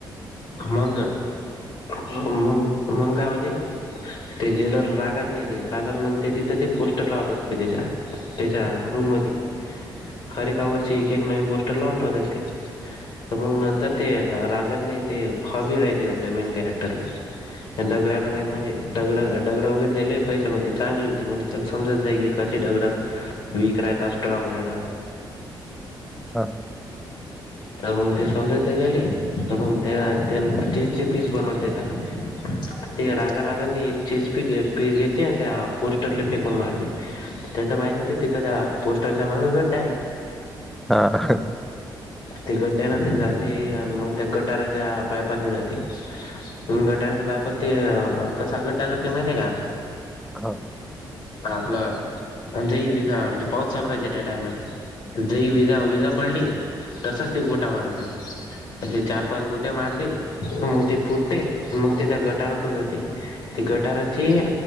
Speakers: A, on the left; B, in the centre.
A: मंग म मग काय होते ते ज्वेलर रागात नाही ते रागात म्हणते तिथं ते पोस्टर लावत असते ते त्याच्या त्याच्या रूम मधी हर एक हावर एक एक नवीन पोस्टर लाऊन ठेवतात ती तर मग नंतर ते रागत नाही ते हॉबी राहते आपल्या मेन कॅरेक्टरला दगड्याने का म्हणजे डा दगड वगैरे्यायला पैसा न होती चांगली होती म्हणजे त्याला समजा जाय कशी दगड वीक राहतात स्ट्रॉंग राहतात.
B: हा
A: तर म ते समजा ते राहिले त मग त्या त्यांन चे पीस बनवता येतना ते रागा रागानी एक चेस पी पी घेते आणि त्या पोस्टरला फेकून मारते. त्याच माहती होती तिथं त्या पोस्टरचा माग गड्डा आहे.
B: हा
A: ते गड्ड्याना ते जाते आणि मग त्या गटाराच्या पायपात नाही जाते. मग गटार बाय प ते कसा गड्डा करते माहितय का?
B: हा.
A: आपलं जाई विजा पाऊस चालू आहेेत त्या टायमाले. जही विजा विजा पडली तसच ते गोटा मार जाई असे चार पाच गोटे मारते मग ती फुटते मग ते त्या गटारातून जाते. ती गटाराची